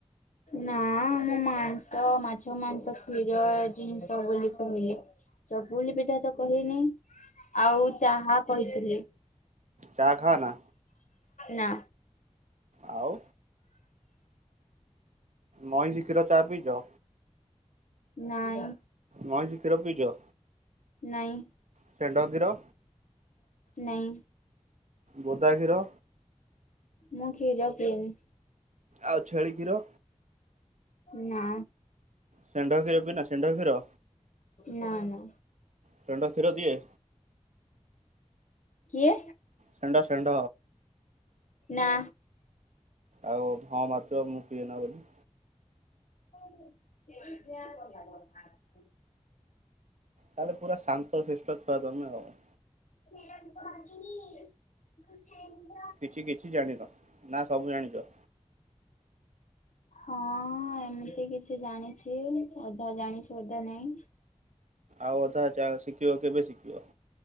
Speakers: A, on the left; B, on the right.
A: ନା ମୁଁ ମାଂସ, ମାଛ ମାଂସ, କ୍ଷୀର ଜିନିଷ ବୋଲି କହିଲି। ଚକୁଲି ପିଠା ତ କହିନି, ଆଉ ଚାହା କହିଥିଲି
B: ଚାହା ଖା ନା?
A: ନା
B: ଆଉ ମଇଁଷି କ୍ଷୀର ଚା ପିଇଛ?
A: ନାଇଁ।
B: ମଇଁଷି କ୍ଷୀର ପିଇଛ?
A: ନାଇଁ
B: ଷେଣ୍ଢ କ୍ଷୀର।
A: ନାଇଁ।
B: ବୋଦା କ୍ଷୀର।
A: ମୁଁ କ୍ଷୀର ପିଏନି।
B: ଆଉ ଛେଳିି କ୍ଷୀର
A: ନା
B: ଷେଣ୍ଢ କ୍ଷୀର ପିଇନା ଷେଣ୍ଢ କ୍ଷୀର
A: ନା ନା
B: ଷେଣ୍ଢ କ୍ଷୀର ଦିଏ
A: କିଏ?
B: ଷେଣ୍ଢ ଷେଣ୍ଢ
A: ନା।
B: ଆଉ ହଁ ମାରୁଛ, ମୁଁ ପିଏ ନା ବୋଲି।
A: ଲାଗ <unintelligible>
B: ତାହେଲେ ପୁରା ଶାନ୍ତ ଶିଷ୍ଟ ଛୁଆ ତମେ ଆଉ।
A: ଗ <unintelligible> <inaudible>
B: କିଛି କିଛି ଜାଣିନ ନା ସବୁ ଜାଣିଚ?
A: ହଁ ହଁ ଏମିତି କିଛି ଜାଣିଛି ଅଧା ଜାଣିଛି ଅଧା ନାଇଁ।
B: ଆଉ ଅଧା ଯାଆ ଶିଖିିବ କେବେ ଶିଖିବ?